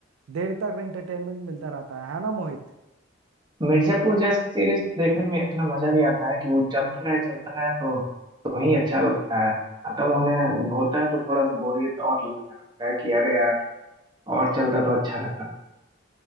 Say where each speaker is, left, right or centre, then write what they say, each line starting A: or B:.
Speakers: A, on the right; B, on the right.
A: देर तक एंटरटेनमेंट मिलता रहता है है ना मोहित
B: मिर्जापुर जैसा सीरीज देखने में इतना मजा भी आता है कि वो चलता रहे चलता रहे तो तो ही अच्छा लगता है खत्म होने होता है तो थोड़ा सा बोरियत और लगने लगता है कि अरे यार और चलता तो अच्छा रहता